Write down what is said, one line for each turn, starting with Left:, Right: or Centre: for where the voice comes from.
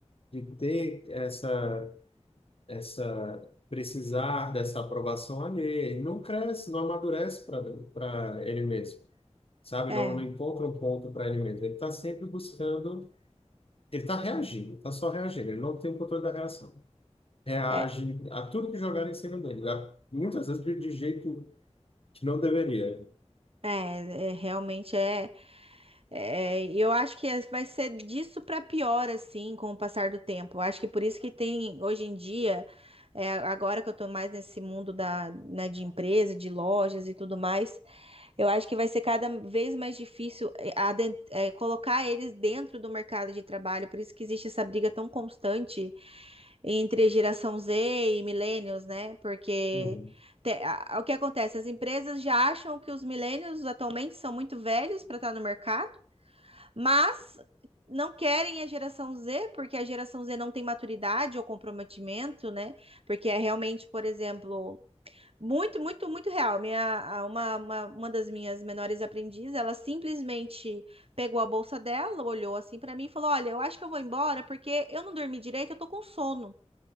Left: de ter essa, essa, precisar dessa aprovação ali. Ele não cresce, não amadurece para para ele mesmo, sabe?
Right: É,
Left: Não, não encontra um ponto para ele mesmo. Ele está sempre buscando, ele está reagindo, está só reagindo, ele não tem o controle da reação. reage
Right: é,
Left: a tudo que jogaram em cima dele. né? Muitas vezes de de jeito que não deveria.
Right: é, é, realmente é, é. e Eu acho que é, vai ser disso para pior, assim, com o passar do tempo. Eu Acho que por isso que tem, hoje em dia, é, agora que eu tô mais nesse mundo da, né, de empresa, de lojas e tudo mais, eu acho que vai ser cada vez mais difícil é, aden- é, colocar eles dentro do mercado de trabalho. Por isso que existe essa briga tão constante entre geração Z e millennials, né? Porque
Left: Uhum.
Right: te- a- o que acontece? As empresas já acham que os millennials atualmente são muito velhos para estar no mercado, mas não querem a geração Z, porque a geração Z não tem maturidade ou comprometimento, né? Porque é realmente, por exemplo, muito, muito, muito real. Minha, a- uma, uma, uma das minhas menores aprendizes, ela simplesmente pegou a bolsa dela, olhou assim para mim e falou: Olha, eu acho que eu vou embora porque eu não dormi direito, eu tô com sono.